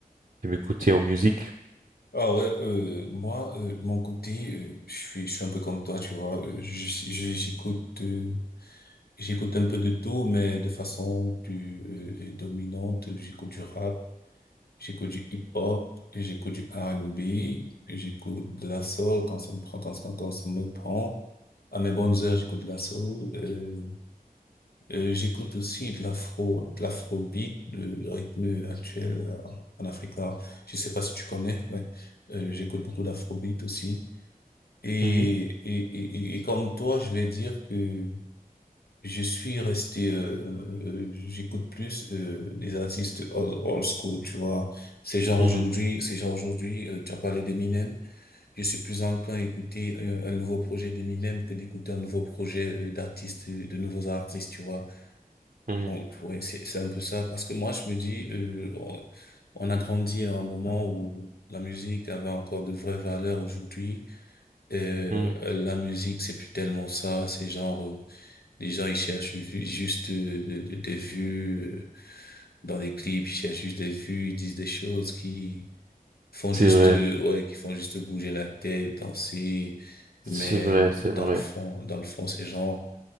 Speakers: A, on the right; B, on the left.
A: aimes écouter en musique.
B: Ah ouais, euh, moi, euh, de mon côté, euh, je suis, je suis un peu comme toi, tu vois. euh, je, je- j'écoute, euh, j'écoute un peu de tout, mais de façon plus euh, euh, dominante, j'écoute du rap. J'écoute du hip-hop, j'écoute du R&B, j'écoute de la soul quand ça me prend, quand, ça- quand ça me prend. À mes bonnes heures, j'écoute de la soul. Euh, euh, j'écoute aussi de l'afro, de l'afrobeat, de le rythme actuel euh, en Afrique là. Je sais pas si tu connais, ouais. Euh, j'écoute beaucoup d'afrobeat aussi. Et, et,
A: Mhm,
B: et, et et comme toi, je vais dire que je suis resté, euh, euh, euh, j'écoute plus euh, des artistes old, old school, tu vois. ces gens
A: mhm,
B: aujourd'hui, ces gens aujourd'hui, euh, tu as parlé d'Eminem. Je suis plus enclin à écouter euh, un, nouveau projet d'Eminem que d'écouter un nouveau projet euh, d'artistes, euh, de nouveaux artistes, tu vois.
A: mhm,
B: Donc ouais, c'est c'est un peu ça. Parce que moi, je me dis, euh, on, on a grandi à un moment où la musique avait encore de vraies valeurs aujourd'hui. Euh,
A: mhm.
B: la musique, c'est plus tellement ça. C'est genre euh, les gens, ils cherchent ju- juste euh, de- de- des vues euh, dans les clips, ils cherchent juste des vues, ils disent des choses qui font
A: C'est
B: juste,
A: vrai.
B: euh, ouais, qui font juste bouger la tête, danser.
A: C'est
B: Mais
A: vrai,
B: dans
A: c'est vrai.
B: le fond, dans le fond, c'est genre,